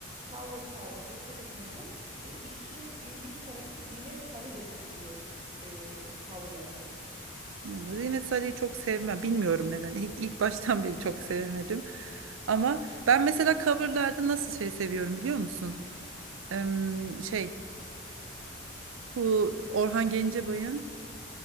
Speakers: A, on the right; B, on the right.
A: cover tarzı çok hoşuma gidiyor ve işin ilginç tarafı Zinet Salih de çok iyi e, cover yapıyor.
B: Hmm, Zeynet Salih'i çok sevmem. Bilmiyorum neden. İlk, ilk baştan beri çok sevemedim. Ama ben mesela coverlarda nasıl şey seviyorum biliyor musun? Em, şey bu Orhan Gencebay'ın